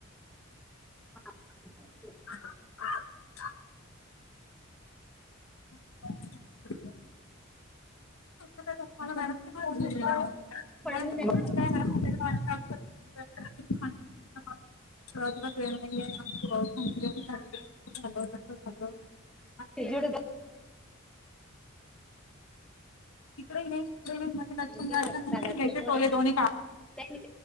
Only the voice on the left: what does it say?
<unintelligible> <unintelligible> <unintelligible>
सांगितलं <unintelligible>
<unintelligible>